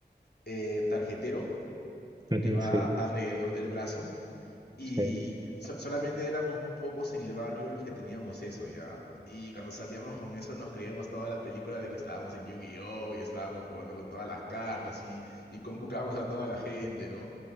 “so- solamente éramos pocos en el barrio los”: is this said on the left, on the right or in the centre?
Left